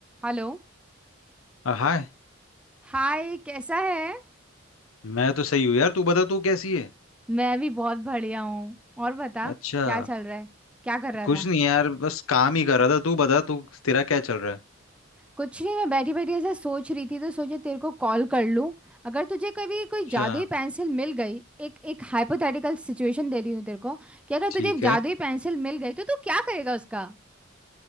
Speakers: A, in the centre; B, on the left.
A: हेलो
B: अ, हाय
A: हाय कैसा है
B: मैं तो सही हूँ यार तू बता तू कैसी है
A: मैं भी बहुत बढ़िया हूँ और बता
B: अच्छा
A: क्या चल रहा है क्या कर रहा
B: कुछ
A: था
B: नहीं यार बस काम ही कर रहा था तू बता तू तेरा क्या चल रहा है
A: कुछ नहीं मैं बैठी बैठी ऐसा सोच रही थी तो सोचे तेरे को कॉल कर लूँ अगर तुझे कभी कोई
B: अच्छा
A: जादुई पेंसिल मिल गई एक एक हाइपोथेटिकल सिचुएशन दे रही हूँ तेरे को कि अगर
B: ठीक
A: तुझे एक जादुई
B: है
A: पेंसिल मिल गई तो तू क्या करेगा उसका